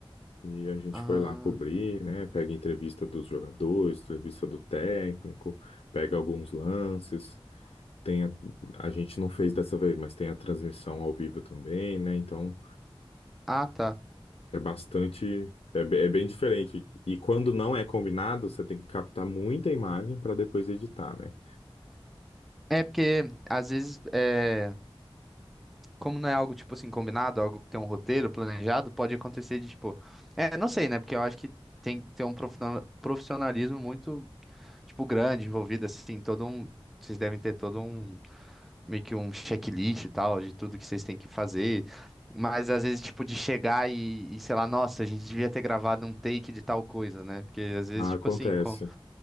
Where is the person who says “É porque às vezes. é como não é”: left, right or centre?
Centre